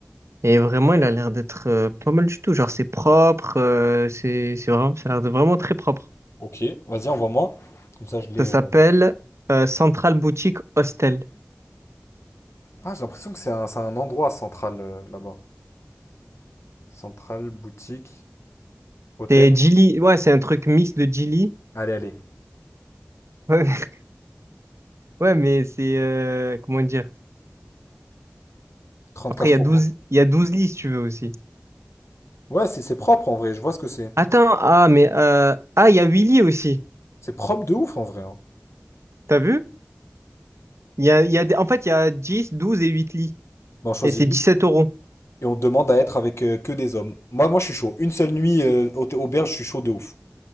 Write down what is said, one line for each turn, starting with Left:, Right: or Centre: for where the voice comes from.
Right: Et vraiment, il a l'air d'être euh, pas mal du tout. Genre, c'est propre. euh, c'est, c'est vraiment, ça a l'air de vraiment très propre.
Left: Ok, vas-y, envoie-moi. Comme ça, je l'ai.
Right: Ça
Left: euh.
Right: s'appelle euh, Central Boutique Hostel.
Left: Ah, j'ai l'impression que c'est un, c'est un endroit central euh, là-bas. Centrale, boutique, hôtel.
Right: C'est Gili. Ouais, c'est un truc mix de Gili.
Left: Allez, allez.
Right: Ouais, <laughs> ouais, mais c'est. euh, comment dire?
Left: 34
Right: Après, il y a 12,
Left: euros.
Right: il y a 12 lits si tu veux aussi.
Left: Ouais, c'est c'est propre en vrai, je vois ce que c'est.
Right: Attends, ah, mais. euh, Ah, il y a 8 lits aussi.
Left: C'est propre de ouf en vrai. hein.
Right: T'as vu? Il y a, il y a, des- en fait, il y a 10, 12 et 8 lits.
Left: Bon, on choisit
Right: Et c'est
Left: 8
Right: 17 euros.
Left: et on demande à être avec euh, que des hommes. Moi, moi, je suis chaud. Une seule nuit euh, au- auberge, je suis chaud de ouf.